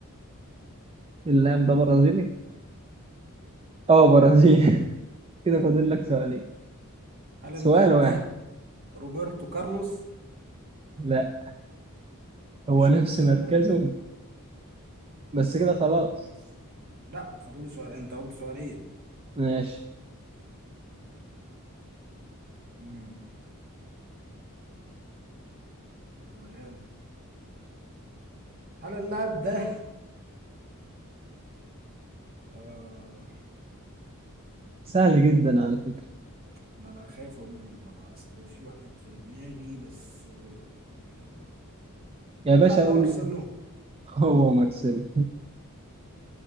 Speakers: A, on the right; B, on the right.
A: اللاعب ده برازيلي اه برازيلي <laughs> كده فاضل لك سؤالين
B: هل
A: سؤال
B: اللاعب
A: واحد
B: ده روبرتو كارلوس؟
A: لا هو
B: مش
A: نفس
B: روبرتو
A: مركزه
B: كارلوس
A: بس كده خلاص
B: مم. لا فاضل لي سؤال أنت قلت سؤالين
A: ماشي
B: مم. حلو أوي هل اللاعب ده آه
A: سهل جدا على فكرة
B: ما أنا خايف أقول ما أصل في واحد في دماغي بس يعني
A: يا
B: هل
A: باشا
B: اللاعب
A: أقول
B: ده مارسيلو؟
A: هو مارسيلو